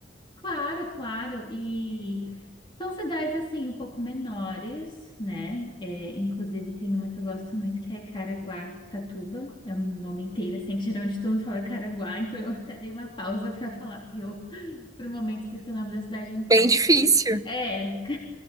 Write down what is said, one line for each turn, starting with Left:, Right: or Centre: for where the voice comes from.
Left: Claro, claro. E são cidades assim um pouco menores, né? É, inclusive tem uma que eu gosto muito que é Caraguatatuba. É um nome inteiro assim que geralmente todo mundo fala Caraguá, então eu <laughs> até dei uma pausa para falar porque eu <laughs> por um momento esqueci o nome da cidade inteira.
Right: Bem <laughs> difícil.
Left: É, <laughs>